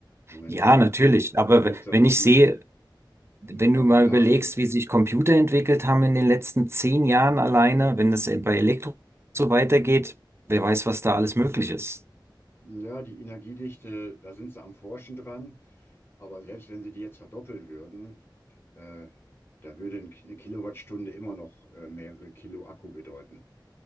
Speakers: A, on the left; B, on the right.
A: Momentan
B: Ja, natürlich. Aber
A: liegt,
B: w-
A: so-
B: wenn
A: liegt
B: ich sehe, wenn
A: momentan,
B: du mal überlegst, wie sich Computer entwickelt haben in den letzten zehn Jahren alleine, wenn das bei Elektro so weitergeht, wer weiß, was da alles möglich ist.
A: ja, die Energiedichte, da sind sie am Forschen dran. Aber selbst wenn sie die jetzt verdoppeln würden, äh, da würde ein- eine Kilowattstunde immer noch äh, mehrere Kilo Akku bedeuten.